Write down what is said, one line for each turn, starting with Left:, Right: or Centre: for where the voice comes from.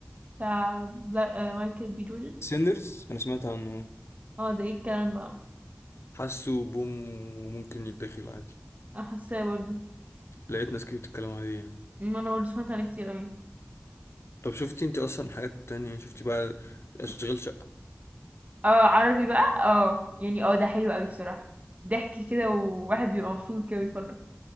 Right: بتاع بلا... آه مايكل بي جوردن
Left: سيندرز انا سمعت عنه
Right: اه ده ايه الكلام بقى
Left: حاسه بوم وممكن يتدخل عادي
Right: حاساه برضو
Left: <laughs> لقيت ناس كتير بتتكلم عليه يعني
Right: ما انا برضو سمعت عنه كتير اوي
Left: طب شفتي انت اصلا حاجات تانية شفتي بقى اشغال شقة
Right: اه عربي بقى اه يعني اه ده حلو قوي بصراحة ضحك كده وواحد بيبقى مبسوط كده بيتفرج